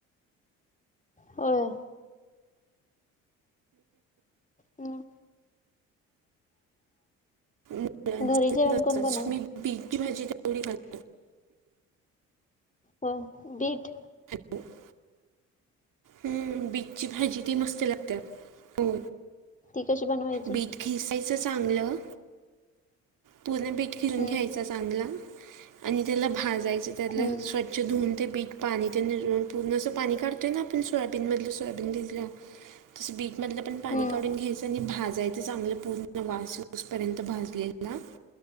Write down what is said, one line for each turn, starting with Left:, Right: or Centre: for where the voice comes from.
Left: होय हम्
Right: मु
Left: घरी जेवण
Right: तसंच
Left: कोण बनवत
Right: मी बीची भाजी तेवढी खा <inaudible>
Left: हो बीट
Right: हो <inaudible> हम्म, बीटची भाजी ती मस्त लागत्या हो,
Left: ती कशी बनवायची
Right: बीट खिसायचं चांगलं. पूर्ण बीट घिऊन
Left: हम्म
Right: घ्यायचाच. चांदला आणि त्याला भाजायचं त्याला
Left: हम्म
Right: स्वच्छ धुवून ते बीठ. पाणी ते निून पूर्ण असं पाणी काढतोय ना आपण सोयाबीन मधलं सोयाबीन दि ''--'' ला तस बीट मधलं पण पाणी
Left: हम्म
Right: काढून घ्यायच. आणि भाजयचं चांगलं पूर्ण वासूस पर्यंत भाजलेला ना.